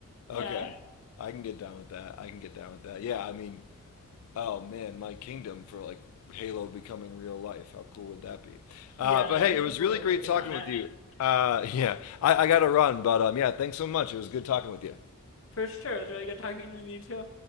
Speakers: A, on the left; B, on the left.
A: Okay.
B: Yeah.
A: I can get down with that. I can get down with that. Yeah, I mean, oh man, my kingdom for like Halo becoming real life. How cool would that be? Uh,
B: Yeah,
A: but
B: there
A: hey,
B: are
A: it
B: people
A: was really
B: who are
A: great
B: working
A: talking
B: on
A: with
B: it.
A: you. Uh, <laughs> yeah, I, I got to run, but um, yeah, thanks so much. It was good talking with you.
B: For sure. It was really good talking with you too.